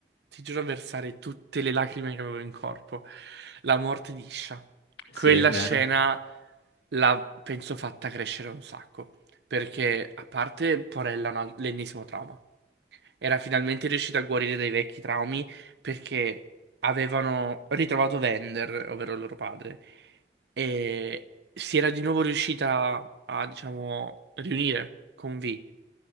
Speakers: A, on the right (about 75°); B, on the left (about 80°).
A: ti giuro, versare tutte le lacrime che avevo in corpo. La morte di Isha.
B: Sì,
A: Quella
B: è vero.
A: scena l'ha, penso, fatta crescere un sacco. Perché, a parte, porella, un al- l'ennesimo trauma. Era finalmente riuscita a guarire dai vecchi traumi perché avevano ritrovato Vender, ovvero il loro padre, e si era di nuovo riuscita a, diciamo, riunire con V